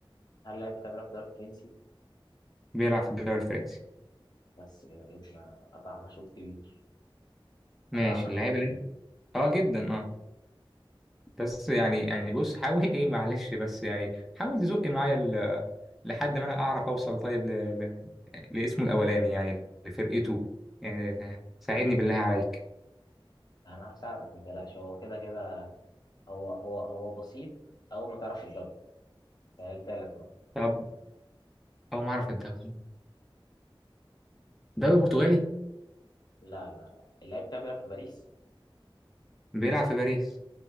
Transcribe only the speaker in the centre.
بيلعب في الدوري الفرنسي
ماشي
اللعيبه
اللي انت اه جدا اه بس يعني يعني بص حاول ايه معلش بس يعني حاول تزق معايا ال... لحد ما انا اعرف اوصل طيب ل... ل... لاسمه الاولاني يعني لفرقته يعني ساعدني بالله عليك
طب هو ما اعرف الدوري الدوري البرتغالي
بيلعب في باريس